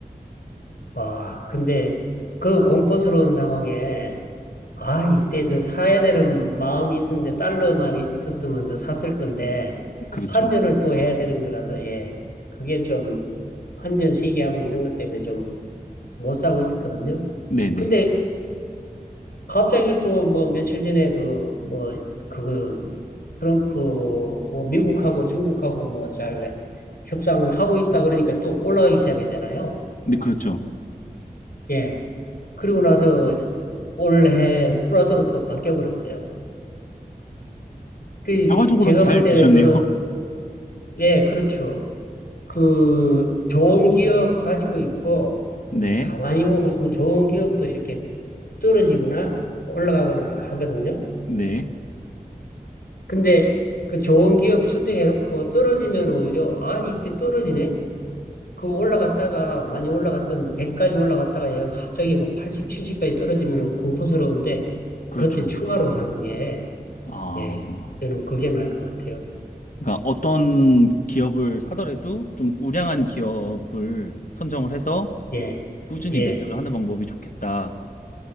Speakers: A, on the left; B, on the left.
A: 와, 근데 그 공포스러운 상황에, 아, 이때 더 사야 되는 마음이 있었는데, 달러만 있었으면 더 샀을 건데,
B: 그렇죠.
A: 환전을 또 해야 되는 거라서, 예. 그게 좀, 환전 시기하고 이런 것 때문에 좀 못 사고 있었거든요.
B: 네네.
A: 근데 갑자기 또 뭐 며칠 전에 그, 뭐, 그거, 트럼프, 뭐 미국하고 중국하고 뭐 잘 협상하고 있다 그러니까 또 올라가기 시작해야 되나요?
B: 네, 그렇죠.
A: 예. 그리고 나서 올해 플라토로 또 바뀌어 버렸어요. 그
B: 결과적으로는
A: 제가
B: 잘
A: 볼 때는
B: 되셨네요.
A: 그런
B: <laughs>
A: 예, 그렇죠. 그 좋은 기업 가지고 있고
B: 네.
A: 가만히 보고 있으면 좋은 기업도 이렇게 떨어지거나 올라가거나 하거든요.
B: 네.
A: 근데 그 좋은 기업 선정해 놓고 떨어지면 오히려 아, 이때 떨어지네. 그 올라갔다가 많이 올라갔던 100까지 올라갔다가 얘가 갑자기 뭐 80, 70까지 떨어지면 공포스러운데
B: 그렇죠.
A: 그때 추가로 사는 게
B: 아.
A: 예. 저는 그게 나을 것 같아요.
B: 그러니까 어떤 기업을 사더라도 좀 우량한 기업을 선정을 해서
A: 예.
B: 꾸준히
A: 예.
B: 매수를 하는 방법이 좋겠다.